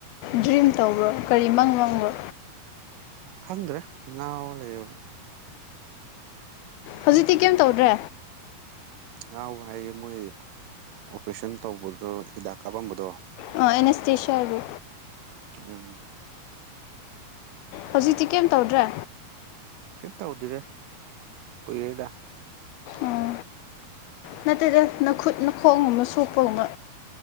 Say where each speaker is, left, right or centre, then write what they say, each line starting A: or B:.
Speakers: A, on the left (about 80°); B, on the right (about 75°).
A: ꯗ꯭ꯔꯤꯝ ꯇꯧꯕ꯭ꯔꯣ ꯀꯔꯤ ꯃꯪ ꯃꯪꯕ꯭ꯔꯣ
B: ꯈꯪꯗ꯭ꯔꯦ ꯅ ꯂꯩ
A: ꯍꯧꯖꯤꯛꯇꯤ ꯀꯩꯝ ꯇꯧꯗ꯭ꯔꯦ
B: ꯉꯥꯎꯕ ꯍꯥꯏꯌꯦꯦ ꯃꯣꯏ ꯑꯣꯄꯔꯦꯁꯟ ꯇꯧꯕꯗꯣ ꯍꯤꯗꯥꯛ ꯀꯥꯞꯄꯝꯕꯗꯣ
A: ꯑ ꯑꯦꯅ ꯑꯦꯁꯇꯁ ꯍꯥꯏꯗꯤ
B: ꯎꯝ
A: ꯍꯧꯖꯤꯛꯇꯤ ꯀꯩꯝ ꯇꯧꯗ꯭ꯔꯦ
B: ꯀꯩꯝ ꯇꯧꯗꯦꯗ ꯀꯨꯏꯔꯦ
A: ꯑꯣ ꯅꯠꯇꯦꯗ ꯅꯈꯨꯠ ꯅꯈꯣꯡ ꯑꯃ ꯁꯣꯛꯄꯒꯨꯝꯃ